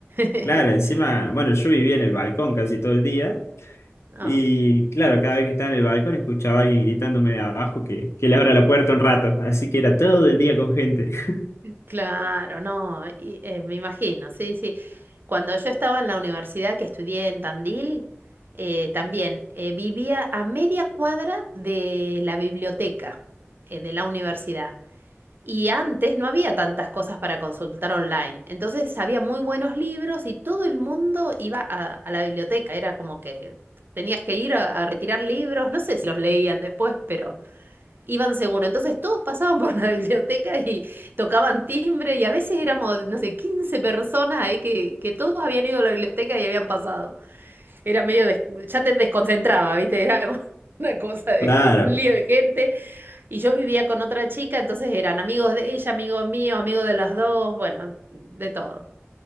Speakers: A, on the right; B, on the left.
A: <laughs>
B: Claro, encima, bueno, yo vivía en el balcón casi todo el día
A: Ah,
B: y claro, cada vez que estaba en el balcón escuchaba a alguien gritándome de abajo que, que le abra la puerta un rato, así que era todo el día con gente. <laughs>
A: claro, no, y, eh, me imagino, sí, sí. Cuando yo estaba en la universidad que estudié en Tandil, eh, también eh, vivía a media cuadra de la biblioteca eh, de la universidad. Y antes no había tantas cosas para consultar online. Entonces había muy buenos libros y todo el mundo iba a, a la biblioteca. Era como que tenías que ir a, a retirar libros. No sé si los leían después, pero iban seguro. Entonces todos pasaban por la <laughs> biblioteca y tocaban timbre y a veces éramos, no sé, 15 personas ahí que, que todos habían ido a la biblioteca y habían pasado. Era medio, des- ya te desconcentraba, ¿viste? Era como <laughs> una cosa de
B: Claro.
A: un lío de gente. Y yo vivía con otra chica, entonces eran amigos de ella, amigos míos, amigos de los dos, bueno, de todo.